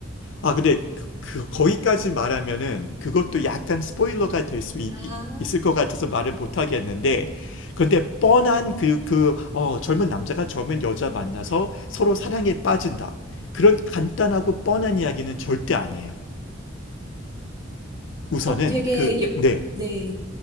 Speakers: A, on the left (about 65°); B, on the right (about 20°).
A: 아, 근데 그, 그- 거기까지 말하면은 그것도 약간 스포일러가 될 수
B: 아,
A: 있을 것 같아서 말을 못 하겠는데, 근데 뻔한 그, 그, 어, 젊은 남자가 젊은 여자 만나서 서로 사랑에 빠진다. 그런 간단하고 뻔한 이야기는 절대 아니에요. 우선은
B: 어, 되게,
A: 그,
B: 여,
A: 네.
B: 네.